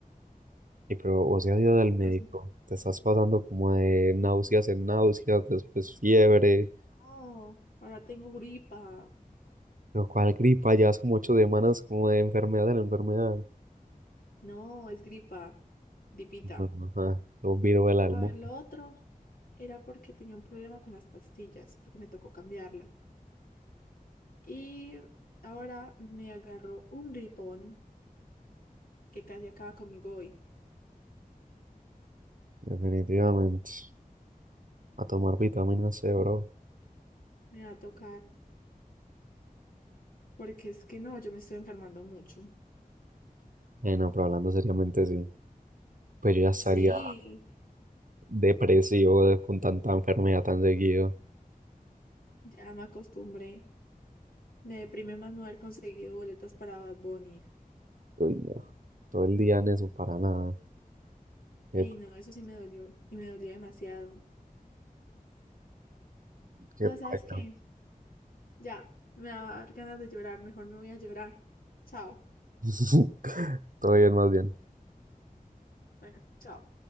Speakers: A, on the right; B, on the left.
A: Y pero vos has ido al médico,
B: Pues
A: te estás pasando como de náuseas en náuseas, después fiebre,
B: No, ahora tengo gripa.
A: lo cual gripa, llevas como ocho semanas como de enfermedad en enfermedad.
B: No, es gripa. Gripita.
A: No, no, Ajá, un virus del alma,
B: A ver, lo otro era porque tenía un problema con las pastillas, porque me tocó cambiarlas. Y ahora me agarró un gripón que casi acaba conmigo hoy.
A: definitivamente. A tomar vitamina C, bro.
B: Me va a tocar, porque es que no, yo me estoy enfermando mucho.
A: Eh, no, pero hablando seriamente, sí. Pues yo ya estaría
B: Sí,
A: depresivo de- con tanta enfermedad tan seguido.
B: ya me acostumbré. Me deprime más no haber conseguido boletas para Bad Bunny.
A: Uy, no, todo el día en eso, para nada. Qué,
B: Ey, no, eso sí me dolió, y me dolió demasiado.
A: qué
B: No,
A: paila.
B: ¿sabes qué? Ya, me va a dar ganas de llorar, mejor me voy a llorar. Chao.
A: <laughs> Todo bien, más bien.
B: Bueno, chao.